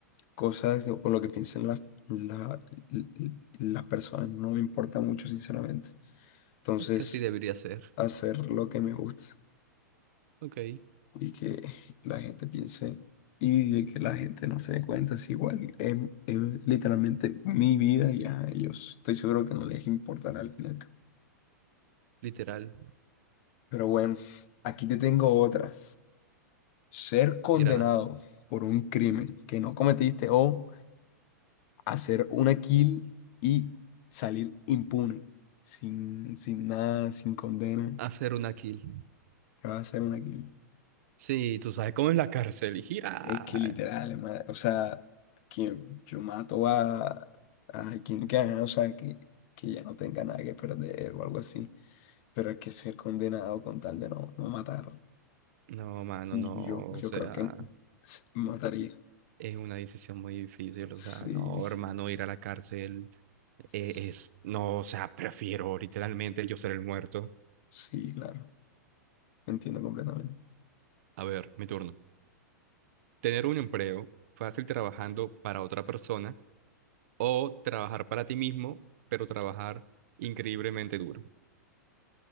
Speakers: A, on the left; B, on the right.
A: cosas o lo que piensan las, la- l- l- las personas no me importa mucho, sinceramente. Entonces,
B: es que así debería ser.
A: hacer lo que me gusta
B: Ok,
A: y que <laughs> la gente piense y de que la gente no se dé cuenta, es igual, es, es literalmente mi vida y a ellos. Estoy seguro que no les importará al final.
B: literal,
A: Pero bueno, aquí te tengo otra. Ser condenado
B: ir a
A: por un crimen que no cometiste o hacer una kill y salir impune, sin, sin nada, sin condena,
B: hacer una kill.
A: te vas a hacer una kill.
B: Sí, tú sabes cómo es la cárcel y gira.
A: Es que literal, hermano, o sea, que yo mato a, a quien gana, o sea, que, que ya no tenga nada que perder o algo así, pero es que ser condenado con tal de no, no matar,
B: No, mano,
A: yo,
B: no, o
A: yo
B: sea,
A: creo que s- mataría,
B: es una decisión muy difícil,
A: sí,
B: o sea, no, hermano, ir a la cárcel
A: s-
B: eh, es, no, o sea, prefiero literalmente yo ser el muerto.
A: sí, claro. Entiendo completamente.
B: A ver, mi turno. Tener un empleo fácil trabajando para otra persona o trabajar para ti mismo, pero trabajar increíblemente duro.